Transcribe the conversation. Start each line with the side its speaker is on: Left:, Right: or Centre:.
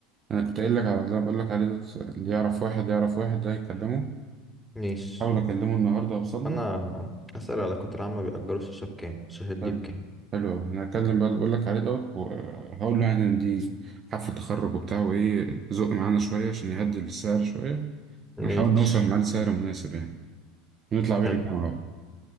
Right: انا كنت قايل لك على اللي أنا بقول لك عليه ده اللي يعرف واحد يعرف واحد ده يكلمه
Centre: ماشي
Right: حاول اكلمه النهارده اوصل
Centre: أنا
Right: له
Centre: هسأل العلاقات العامة بيأجروا الشاشة بكام الشاشات دي
Right: حلو
Centre: بكام
Right: حلو أوي انا هكلم بقى اللي بقول لك عليه دوت وهقول له يعني ان دي حفله تخرج وبتاع وايه زق معانا شويه عشان يهدي السعر شويه
Centre: ماشي
Right: ونحاول نوصل معاه لسعر مناسب يعني ونطلع بيه
Centre: حلو
Right: للجامعه بقى